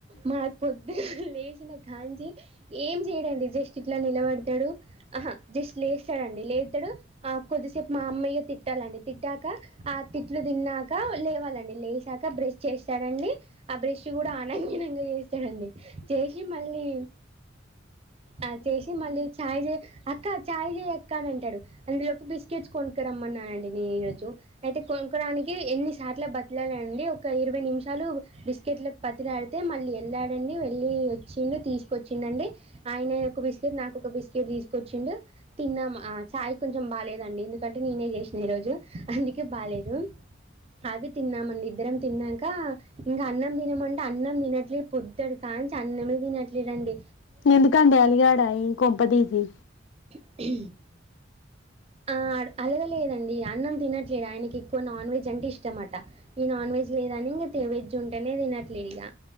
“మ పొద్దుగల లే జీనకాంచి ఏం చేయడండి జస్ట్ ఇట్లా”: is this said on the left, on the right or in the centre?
Right